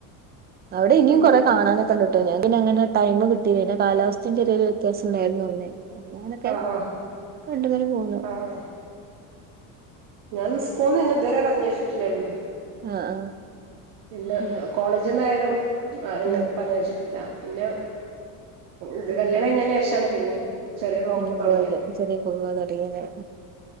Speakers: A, on the right; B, on the right.
A: അവിടെ ഇനിയും
B: ഉം
A: കുറെ
B: ഉം
A: കാണാനൊക്കെണ്ടിട്ടോ ഞാങ്ങനെ ടൈം കിട്ടയില്ലന്റെ കാലാവസ്ഥയും ചെറിയ ഒരു വ്യത്യാസം ഉണ്ടായിരുന്നു അന്നേ. നൊക്കെ
B: ആ ആ
A: കണ്ട്ങ്ങനെപോന്നു
B: ആ ആ ഞാൻ സ്കൂള് ന്നന്നേഇതുവരെ പറഞ്ഞയച്ചിട്ടില്ലായിരുന്നു.
A: ആ ആഹ്
B: ഇല്ല
A: ആഹ്
B: കോളേജിൽ നിന്നായാലും എന്നെ
A: ആഹ്
B: പറഞ്ഞ് അയച്ചിട്ടില്ല. പിന്നെ ഇത് കല്യാണംകഴിഞ്ഞ ശേഷാണ് പിന്നിം ചെറിയ പോക്കൊക്കെ
A: പിന്നെ
B: തുടങ്ങിയത്.
A: പോയത് ചെറിയ പോക തുടങ്ങിയത്